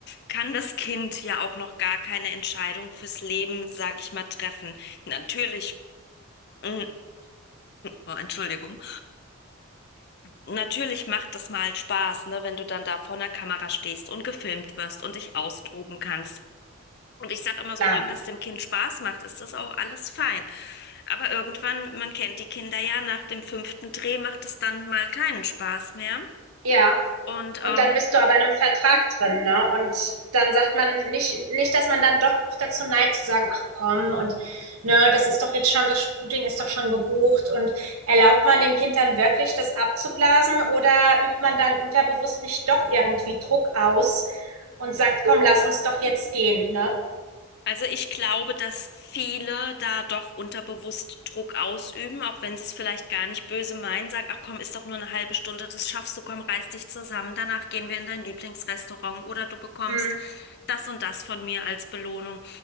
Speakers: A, on the left; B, on the right.
A: kann das Kind ja auch noch gar keine Entscheidung fürs Leben, sage ich mal, treffen. Natürlich. mm, Oh, Entschuldigung. Natürlich macht das mal Spaß, ne, wenn du dann da vor einer Kamera stehst und gefilmt wirst und dich austoben kannst. Und ich sage immer, solange
B: Klar,
A: das dem Kind Spaß macht, ist das auch alles fein. Aber irgendwann, man kennt die Kinder ja, nach dem fünften Dreh macht es dann mal keinen Spaß mehr.
B: ja.
A: Und
B: Und
A: ähm,
B: dann bist du aber in einem Vertrag drin, ne? Und dann sagt man nicht nicht, dass man dann doch dazu neigt zu sagen: „Ach komm und ne, das ist doch jetzt schon das Shooting ist doch schon gebucht.“ Und erlaubt man dem Kind dann wirklich, das abzublasen oder übt man dann unterbewusst nicht doch irgendwie Druck aus und sagt: „Komm, lass uns doch jetzt gehen“, ne?
A: Also ich glaube, dass viele da doch unterbewusst Druck ausüben, auch wenn sie es vielleicht gar nicht böse meinen, sagen, ach komm, ist doch nur eine halbe Stunde, das schaffst du, komm, reiß dich zusammen, danach gehen wir in dein Lieblingsrestaurant oder du bekommst
B: Mhm,
A: das und das von mir als Belohnung.